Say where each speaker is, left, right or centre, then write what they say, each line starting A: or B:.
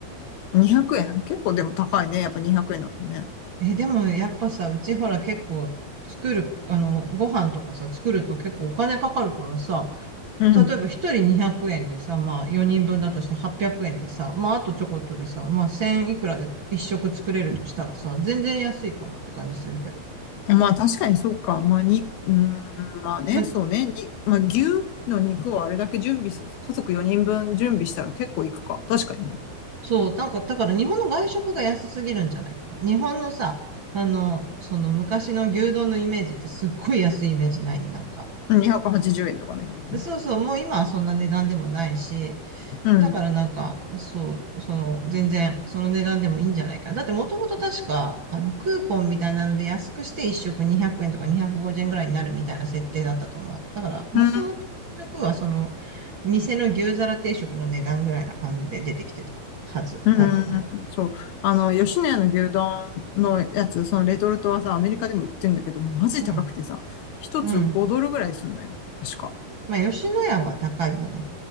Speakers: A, on the left; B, on the right.
A: ん。200円結構でも高いね。やっぱ200円だとね。
B: え、でもやっぱさ、うちほら結構作る、あの、ご飯とかさ、作ると結構お金かかるからさ、
A: うん。
B: 例えば一人200円でさ、まあ4人分だとして800円でさ、まああとちょこっとでさ、まあ1000いくらで一食作れるとしたらさ、全然安いかなって感じするけど。
A: うん。まあ、確かにそうか。まあ、に、うーん、まあね、
B: まあ
A: そうね。に、まあ、牛の肉をあれだけ準備する。家族4人分準備したら結構いくか。確かにね。
B: そう、なんか、だから日本の外食が安すぎるんじゃないかな。日本のさ、あの、その昔の牛丼のイメージってすっごい安いイメージないなんか。
A: うん280円とかのイメージね。
B: そうそう、もう今はそんな値段でもないし、
A: うん。
B: だからなんか、そう、その、全然、その値段でもいいんじゃないかな。だってもともと確か、あの、クーポンみたいなので安くして1食200円とか250円ぐらいになるみたいな設定だったと思う。だから、もともと1食はその、
A: う
B: 店の牛皿定食の値段ぐらいな感じで出てきてたはずだと思
A: うんそう。あの、吉野家の牛丼のやつ、そのレトルトはさ、アメリカでも売ってんだけど、マジ高くてさ、
B: う。
A: 一つ5ドルぐらいすんのよ。
B: うん。
A: 確か。
B: まあ、吉野家は高いよね。